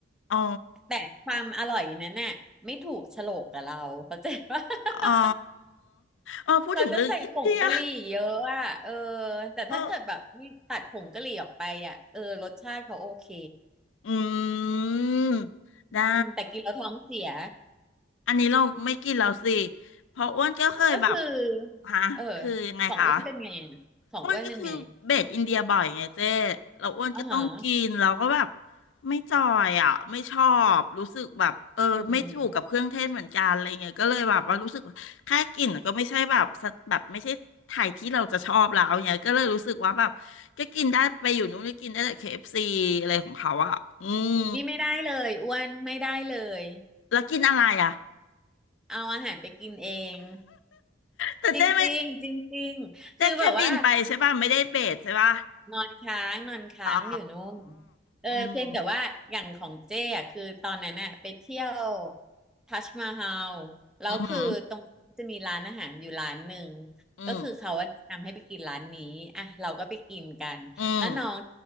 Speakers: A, on the left (about 80°); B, in the centre.
A: อ๋อ
B: แต่ความอร่อยนั้นน่ะไม่ถูกโฉลกกับเราเข้าใจปะ <laughs>
A: อ๋ออ๋อพูดถึงเรื่องอินเดีย
B: เขาจะใส่ผงกะหรี่เยอะอ่ะเออแต่ถ้าเกิดแบบนี่ตัดผงกะหรี่ออกไปอ่ะเออรสชาติเขาโอเค
A: เอออืมได้
B: อืมแต่กินแล้วท้องเสีย
A: อันนี้เราไม่กินแล้วสิเพราะอ้วนก็เคยแบบ
B: ก็คือ
A: ฮะคือยังไงคะ
B: เออของอ้วนเป็นไงอะของอ้วนเป็นไง
A: อ้วนก็คือเบสอินเดียบ่อยไงเจ้เราอ้วนก็ต้องกินเราก็แบบ
B: อ๋อฮะ
A: ไม่จอยอ่ะไม่ชอบรู้สึกแบบเออไม่ถูกกับเครื่องเทศเหมือนกันอะไรเงี้ยก็เลยแบบว่ารู้สึกว่าแค่กลิ่นก็ไม่ใช่แบบสะแบบไม่ใช่ไทยที่เราจะชอบแล้วเนี้ยก็เลยรู้สึกว่าแบบก็กินได้ไปอยู่นู้นก็กินได้แต่
B: อืม
A: KFC อฟซีอะไรของเขาอ่ะอืม
B: นี่ไม่ได้เลยอ้วนไม่ได้เลย
A: แล้วกินอะไรอ่ะ
B: เอาอาหารไปกินเอง
A: แต่เจ๊ไม่
B: จริงๆจริงๆคือแบบว่า
A: เจ๊แค่บินไปใช่ป่ะไม่ได้เบสใช่ป่ะ
B: นอนค้างนอนค้างอยู่นู่น
A: อ๋อ
B: เออเพียงแต่ว่าอย่างของเจ้อะคือตอนนั้นน่ะไปเที่ยว
A: อืม
B: ทัชมาฮาลแล้วคือตรงน้จะมีร้านอาหารอยู่ร้านหนึ่ง
A: อืมอืม
B: ก็คือเขาอะแนะนำให้ไปกินร้านนี้อ่ะเราก็ไปกินกันแล้วน้อง
A: อืม